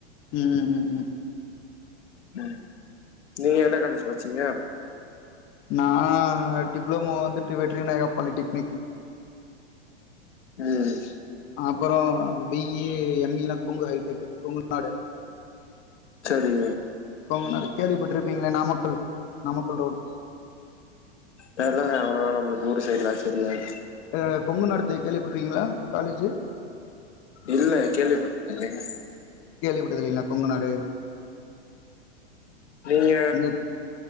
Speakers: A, on the left; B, on the left.
A: ம் ம் ம் ம்
B: ம் நீங்க எந்த காலேஜ் பட்ச்சீங்க
A: நா டிப்ளமோ வந்துட்டு வெற்றிநாயகா பாலிடெக்னிக்
B: ம்
A: அப்பறோ பி ஈ எம் ஈ லா கொங்கு ஹைடெக் கொங்கு நாடு
B: செரி
A: கொங்குநாடு கேள்விப்பட்ருப்பீங்களே நாமக்கல் நாமக்கல் ரோடு
B: தெர்லங்க அவ்ளோவா நமளுக்கு ஊரு சைட்லா தெரியாது
A: த கொங்கு நாடு த கேள்விபட்ருக்கீங்களா காலேஜு
B: இல்ல கேள்விபட்டதில்லங்க
A: கேள்விபட்டதில்லங்ளா கொங்கு நாடு
B: நீங்க
A: இந்த